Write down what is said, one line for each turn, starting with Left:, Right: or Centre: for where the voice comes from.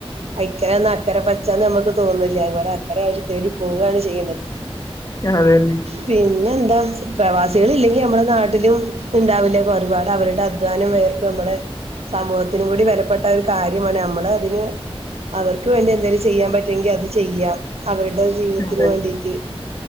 Right: ആഹ് ഇക്കരെ നിന്നാ അക്കര പച്ചാന്ന് ഞമ്മക്ക് തോന്നൂല്ലെ അത് പോലെ അക്കരെ അവര് തേടി പോവാണ് ചെയ്യണത്
Left: ആഹ് അത് തന്നെ
Right: പിന്നെന്താ പ്രവാസികള് ഇല്ലെങ്കി നമ്മടെ നാ ട്ടിലും ഉണ്ടാവില്ലേ ഒരുപാട് അവരുടെ അധ്വാനം വേർപ്പ് നമ്മളെ സമൂഹത്തിനും കൂടി വെലപ്പെട്ട ഒരു കാര്യമാണ് നമ്മള് അതിന് അവർക്ക് വേണ്ടി എന്തേലും ചെയ്യാൻ പറ്റൂങ്കി അത് ചെയ്യുക അവരുടെ ജീവിതത്തിന്
Left: അതെ
Right: വേണ്ടിയിട്ട്